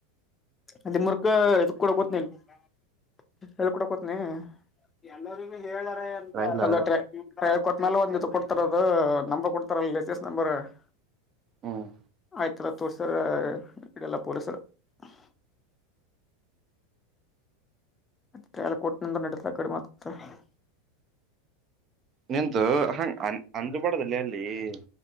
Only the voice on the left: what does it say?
ಆದಿ ಮೂರ್ಖ ಇದು, ಕೊಡಕ್ ಹೋಗ್ತೀನಿ! <inaudible> ಹೇಳಿಕೊಡಿಕೆಯೋಗುತೀನಿ, ಎಲ್ಲರೂ, ಎಲವರೇ, ಕಾಯಲಿ,
ಕೊಡೋಕೆ, ಹೋಗುತೀನಿ? <unintelligible> ನ್ಯಾಲೊಂಡ್ಹು, ಇದು, ಅದು ನಂಬರ್ ಕೊಡ್ತಾರಲ್ಲ ಲೇಟೆಸ್ಟ್, ನಂಬರ್. <inaudible>
ಆಯ್ತಲ್ಲ, ತೋರಿಸಿದರೆ, ಇಡೆಲ್ಲ, ಪೊಲೀಸವರು? <inaudible> ಅತ್ರ, ಎಲ್ಲ ಕೊಟ್ನಿಂದ, ನಡೀತಾ ಕಡಿಮೆ ಆಗ್ತದೆ? <inaudible>